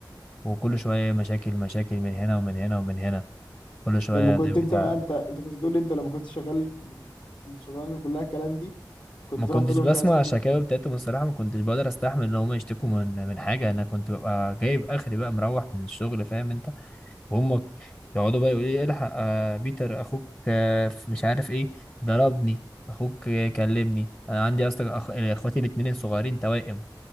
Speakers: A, on the left; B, on the left.
A: وكل شوية مشاكل مشاكل من هنا ومن هنا ومن هنا كل شوية
B: لما كنت
A: ده
B: انت
A: بتاع
B: بقى انت انت كنت بتقول لي انت لما كنت شغال الشغلانه اللي كلها الكلام دي كنت
A: ما
B: تروح
A: كنتش
B: تقول له
A: بسمع
B: مش عايز حد
A: الشكاوي
B: يز-
A: بتاعتهم الصراحة ما كنتش بقدر استحمل ان هم يشتكوا من من حاجة انا كنت ببقى جايب اخري بقى مروح من الشغل فاهم انت وهم يقعدوا بقى يقولوا لي الحق آه بيتر اخوك آه في مش عارف ايه ضربني اخوك آه كلمني انا عندي اصلا أخ... اخواتي الاتنين الصغيرين توائم